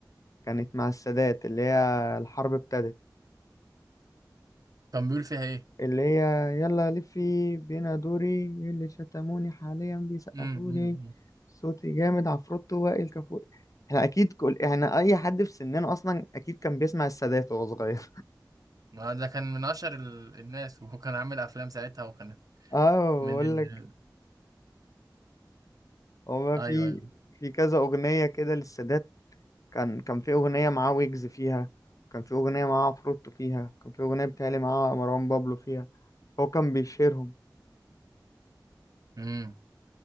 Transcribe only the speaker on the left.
كانت مع السادات اللي هي الحرب ابتدت
اللي هي يلا لفي بينا دوري إيه اللي شتموني حاليا بيسقفولي
صوتي جامد عفروتو وائل كفوري احنا اكيد كل احنا اي حد في سننا اصلا اكيد كان بيسمع السادات وهو صغير
<laughs> اه
بقول
لك هو
في
في كذا اغنيه كده للسادات كان كان في اغنيه معاه ويجز فيها كان في اغنيه معاه عفروتو فيها كان في اغنيه بتهيألي معاه مروان بابلو فيها هو كان بيشيرهم